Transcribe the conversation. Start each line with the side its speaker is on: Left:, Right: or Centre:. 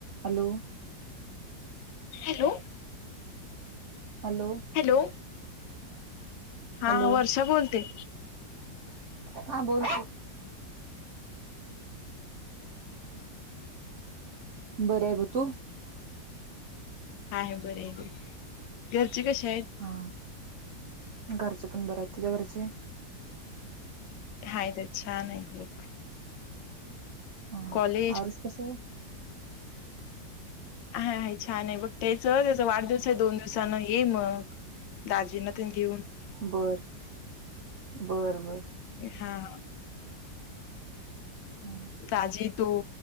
Right: Hello
Left: hello
Right: hello.
Left: Hello हा
Right: hello
Left: Varsha बोलते.
Right: हा बोल. बर आहे ब तू.
Left: हा बर आहे घरचे कसे आहेत.
Right: हा घरचे पण बरे आहेत तुझ्या घरचे.
Left: हाय ते छान आहे.
Right: हा.
Left: कॉलेज.
Right: आरुष कसें आहे.
Left: हा आहेा छान आहे बघ त्याच त्याचा वाढदिवस आहे दोन दिवसान ये मग. दाजीना त घेऊन.
Right: बरं बरं बरं.
Left: हा.
Right: हां.
Left: आजी तू